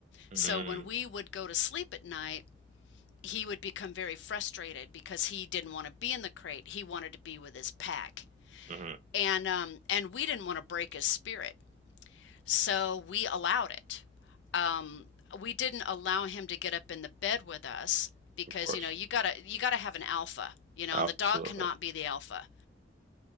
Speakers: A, on the left; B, on the right.
A: So
B: Mm-hmm.
A: when we would go to sleep at night, he would become very frustrated because he didn't want to be in the crate. He wanted to be with his pack.
B: Mm-hmm.
A: And um, and we didn't want to break his spirit. So we allowed it. Um, we didn't allow him to get up in the bed with us because
B: Of course.
A: you know you gotta you gotta have an alpha, you know,
B: Absolutely.
A: and the dog cannot be the alpha.